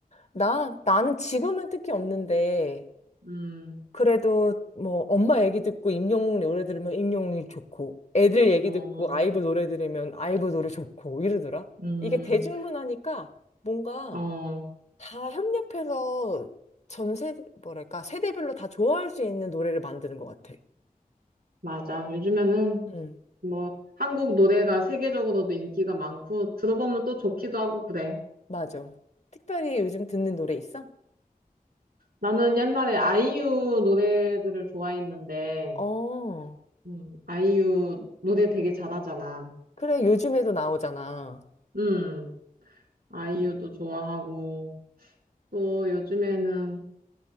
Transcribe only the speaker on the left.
나, 나는 지금은 특히 없는데,
그래도 뭐 엄마 얘기 듣고 임영웅 노래 들으면 임영웅이 좋고, 애들 얘기
듣고 아이브 노래 들으면 아이브 노래 좋고 이러더라.
이게 대중문화니까 뭔가
다 협력해서 전 세대, 뭐랄까, 세대별로 다 좋아할 수 있는 노래를 만드는 것 같아.
응,
맞아. 특별히 요즘 듣는 노래 있어?
어.
그래, 요즘에도 나오잖아.